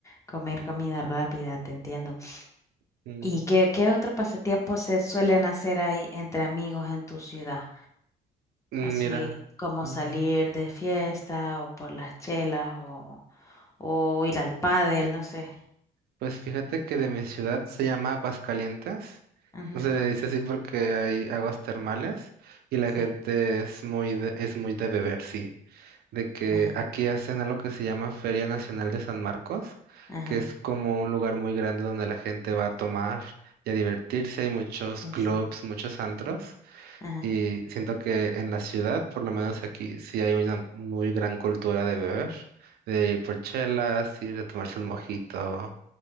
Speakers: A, on the left (about 20°); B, on the right (about 65°).
A: comer comida rápida, te entiendo.
B: Mm,
A: ¿Y qué, qué otro pasatiempo se suelen hacer ahí entre amigos en tu ciudad?
B: Mira,
A: Así como
B: mm,
A: salir de fiesta o por las chelas o, o ir al pádel, no sé.
B: pues fíjate que de mi ciudad se llama Aguascalientes.
A: Ajá,
B: No se le dice así porque hay aguas termales y la
A: sí,
B: gente es muy de, es muy de beber, sí. De que
A: ajá,
B: aquí hacen algo que se llama Feria Nacional de San Marcos,
A: ajá,
B: que es como un lugar muy grande donde la gente va a tomar y a divertirse. Hay muchos
A: sí,
B: clubs,
A: sí,
B: muchos antros.
A: ajá.
B: Y siento que en la ciudad, por lo menos aquí, sí hay una muy gran cultura de beber, de ir por chelas, ir a tomarse un mojito